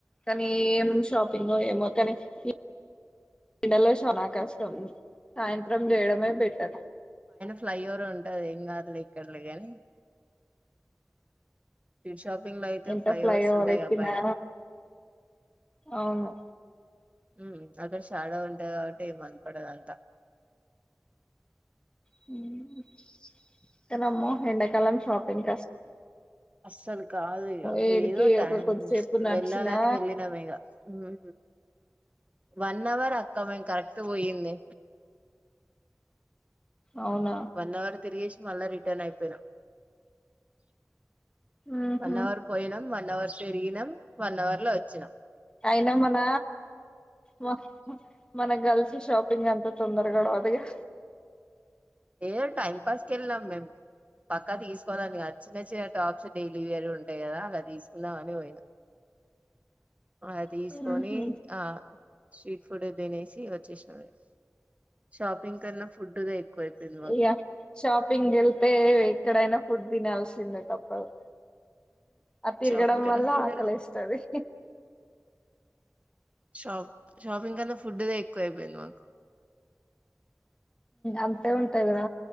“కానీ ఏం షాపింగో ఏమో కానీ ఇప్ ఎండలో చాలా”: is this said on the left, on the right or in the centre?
Left